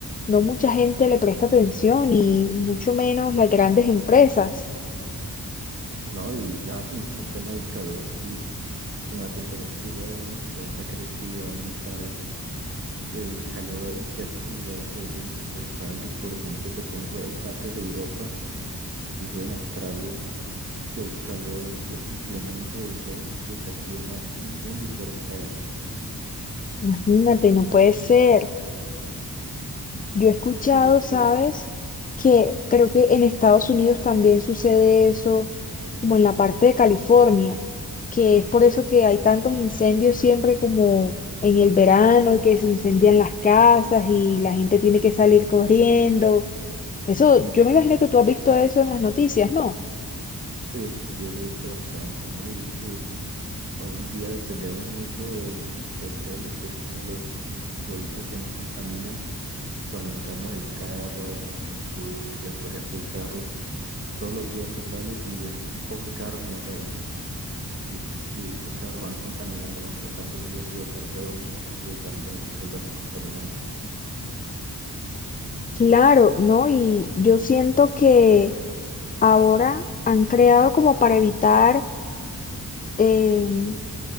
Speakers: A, on the left (about 25°); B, on the right (about 35°).
A: no mucha gente le presta atención y mucho menos las grandes empresas.
B: No, y y ahora que me el tema del calor, sí, como la temperatura en el planeta ha crecido, ha aumentado, el calor en ciertos lugares se vuelve insoportable. Por ejemplo, te pongo, hay partes de Europa, inclusive en Australia, que el calor es inclemente del sol que ocasiona incendios forestales.
A: Imagínate, no puede ser. Yo he escuchado,
B: Sí, así
A: ¿sabes?
B: es.
A: Que creo que en Estados Unidos también sucede eso, como en la parte de California, que es por eso que hay tantos incendios siempre como en el verano y que se incendian las casas y la gente tiene que salir corriendo. Eso, yo me imagino que tú has visto eso en las noticias, ¿no?
B: Sí, sí, yo lo he visto bastante, ¿no? Y que hoy en día dependemos mucho del petróleo, que es uno de los productos que más contaminan cuando usamos el carro, en las industrias, por ejemplo, el carro, todos los días tú sales y ves un poco de carros en la calle y, t- y esos carros van contaminando, van botando dióxido de carbono, monóxido de carbono, entonces son gases contaminantes.
A: Claro, ¿no? Y yo siento que ahora han creado como para evitar em,